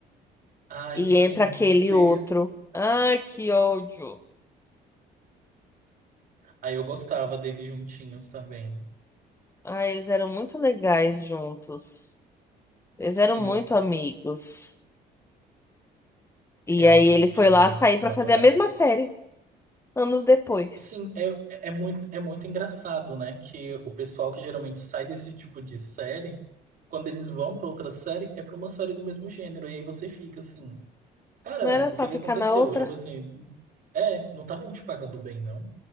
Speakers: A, on the right; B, on the left.
A: Ai,
B: e
A: sim,
B: entra
A: meu
B: aquele
A: Deus
B: outro.
A: do céu.
B: Ai, que ódio.
A: Aí eu gostava deles juntinhos também.
B: Ai, eles eram muito legais juntos. Eles
A: Sim,
B: eram muito amigos. E
A: realmente.
B: aí ele foi
A: Aí
B: lá
A: eu,
B: sair pra
A: eu adorava.
B: fazer a mesma série anos depois.
A: Sim, é, é muito, é muito engraçado, né? Que o pessoal que geralmente sai desse tipo de série, quando eles vão pra outra série, é pra uma série do mesmo gênero. E aí você fica assim, cara,
B: Não era só
A: o que que
B: ficar
A: aconteceu?
B: na outra?
A: Tipo assim, é, não estavam te pagando bem, não?